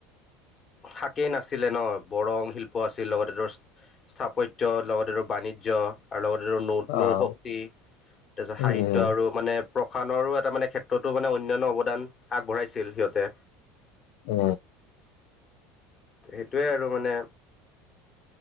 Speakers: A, on the left (about 35°); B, on the left (about 75°).
A: শাকেই নাছিলে ন, বৰং শিল্প আছিল, লগতে তোৰ স্থাপত্য লগতে তোৰ বাণিজ্য আৰু লগতে নৌ-নৌশক্তি,
B: অ',
A: তাৰপিছত
B: উম,
A: সাহিত্য আৰু মানে প্ৰসাণৰো এটা মানে ক্ষেত্ৰতো মানে অন্যান্য অৱদান আগবঢ়াইছিল সিহঁতে।
B: অ।
A: সেটোৱে আৰু মানে